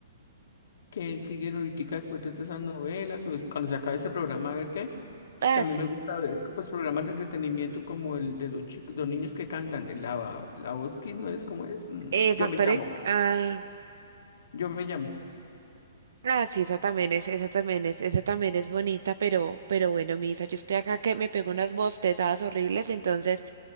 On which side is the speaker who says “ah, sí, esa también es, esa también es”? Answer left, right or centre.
Right